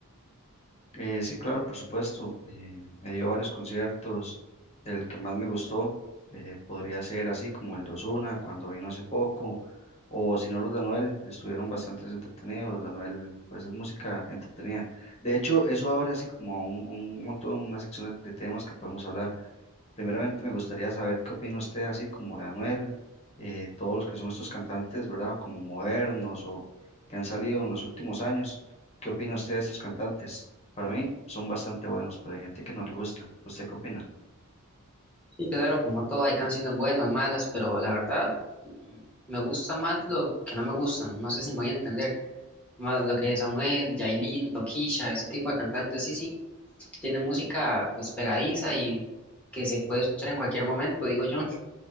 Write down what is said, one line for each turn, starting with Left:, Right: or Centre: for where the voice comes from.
Left: Eh, sí, claro, por supuesto. eh, he ido a varios conciertos. El que más me gustó eh, podría ser así como el de Ozuna cuando vino hace poco, o si no los de Anuel, estuvieron bastante entretenidos. Los de Anuel, pues es música entretenida. De hecho, eso abre así como a un, un montón, una sección de, de temas que podemos hablar. Primeramente me gustaría saber qué opina usted así como de Anuel, eh, todos los que son estos cantantes, ¿verdad? Como modernos o que han salido en los últimos años. ¿Qué opina usted de estos cantantes? Para mí son bastante buenos, pero hay gente que no le gusta. ¿Usted qué opina?
Centre: sí claro, como todo, hay canciones buenas, malas, pero la verdad, mm, me gusta más lo que no me gustan, no sé si me voy a entender, más lo que es Anuel, Yailin, Tokisha, ese tipo de cantantes, sí, sí, tiene música pues pegadiza y que se puede escuchar en cualquier momento, digo yo.